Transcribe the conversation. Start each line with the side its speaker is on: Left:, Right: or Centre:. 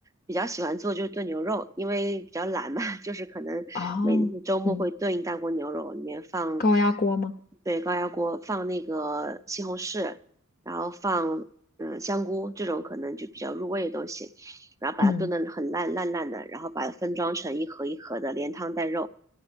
Right: 比较喜欢做就是炖牛肉，因为比较懒嘛，<laughs> 就是可能每周末会炖一大锅牛肉，
Left: 哦，嗯，
Right: 里面放，
Left: 高压锅吗？
Right: 对，高压锅放那个西红柿，然后放嗯香菇这种可能就比较入味的东西，然后把它炖得很烂烂烂的，
Left: 嗯，
Right: 然后把它分装成一盒一盒的，连汤带肉。